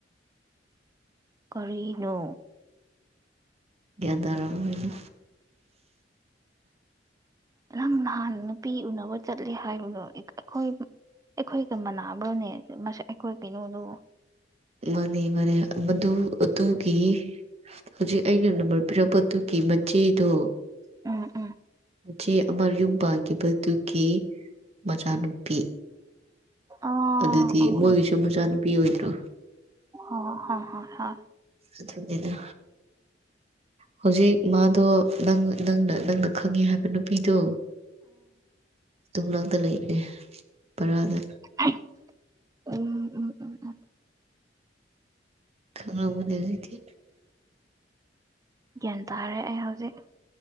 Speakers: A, on the right; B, on the right.
A: ꯀꯥꯔꯤꯅꯣ
B: ꯒꯌꯟꯇꯥꯔꯥꯝꯗꯨꯏꯅꯤ
A: ꯅꯪ ꯅꯍꯥꯟ ꯅꯨꯄꯤ ꯎꯅꯕ ꯆꯠꯂꯤ ꯍꯥꯏꯕꯗꯣ ꯑꯩꯈꯣꯏ ꯑꯩꯈꯣꯏꯒ ꯃꯅꯥꯕ꯭ꯔꯣꯅꯦ ꯃꯥꯁꯦ ꯑꯩꯈꯣꯏ ꯀꯩꯅꯣꯗꯣ
B: ꯃꯥꯟꯅꯦ ꯃꯥꯟꯅꯦ ꯃꯗꯨ ꯑꯗꯨꯒꯤ ꯍꯧꯖꯤꯛ ꯑꯩꯅ ꯅꯝꯕ꯭ꯔ ꯄꯤꯔꯛꯄꯗꯨꯒꯤ ꯃꯆꯦꯗꯣ
A: ꯎꯝ ꯎꯝ
B: ꯃꯆꯦ ꯑꯃ ꯌꯨꯝ ꯄꯥꯟꯒꯤꯕꯗꯨꯒꯤ ꯃꯆꯥꯅꯨꯄꯤ
A: ꯑꯣ
B: ꯑꯗꯨꯗꯤ
A: ꯑꯣ
B: ꯃꯣꯏꯒꯤꯁꯨ ꯃꯆꯥꯅꯨꯄꯤ ꯑꯣꯏꯗ꯭ꯔꯣ
A: ꯑꯣ ꯍ ꯍ ꯍ
B: ꯑꯗꯨꯅꯤꯅ ꯍꯧꯖꯤꯛ ꯃꯥꯗꯣ ꯅꯪ ꯅꯪꯅ ꯅꯪꯅ ꯈꯪꯉꯤ ꯍꯥꯏꯕ ꯅꯨꯄꯤꯗꯣ ꯗꯨꯃꯅꯥꯛꯇ ꯂꯩ ꯑꯦ ꯄꯥꯔꯗ
A: ꯑꯍꯝ ꯎꯝ ꯎꯝ ꯎꯝ ꯎꯝ
B: ꯈꯪꯅꯕꯨꯗꯤ ꯂꯩꯇꯦ
A: ꯒ꯭ꯌꯥꯟ ꯇꯥꯔꯦ ꯑꯩ ꯍꯧꯖꯤꯛ